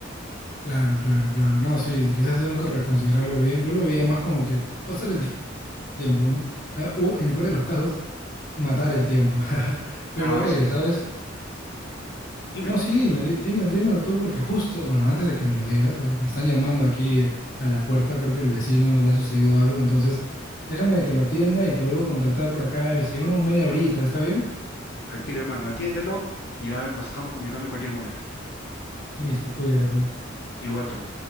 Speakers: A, on the left; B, on the left.
A: Claro, claro, claro. No, sí, quizás tengo que reconsiderarlo bien. Yo lo veía más como que pasar el tiempo, ¿no? Ah, O en el peor de los casos, matar el tiempo. <laughs> Pero
B: A veces,
A: oye, ¿sabes?
B: dime.
A: No, sí, dime, di- dime, dímelo tú, porque justo, bueno, antes de que me lo digas, eh, me están llamando aquí a la puerta, creo que el vecino le ha sucedido algo, entonces déjame de que lo atienda y te vuelvo a contactar por acá, eh, según un media horita, ¿está bien?
B: Tranquilo, hermano, atiéndelo. Ya nos estamos comunicando en cualquier momento.
A: Listo, cuídate.
B: Igual tú.